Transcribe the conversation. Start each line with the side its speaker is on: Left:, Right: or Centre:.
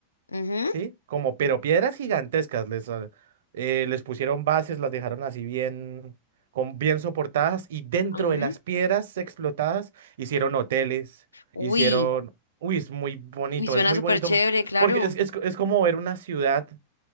Left: Ujú,
Right: ¿sí? Como, pero piedras gigantescas, les, ah, eh, les pusieron bases, las dejaron así bien, con, bien soportadas y dentro
Left: ujú.
Right: de las piedras explotadas hicieron hoteles,
Left: Uy,
Right: hicieron, uy, es muy bonito,
Left: uy, suena
Right: es muy
Left: súper
Right: bonito,
Left: chévere, claro.
Right: porque es, es, es como ver una ciudad,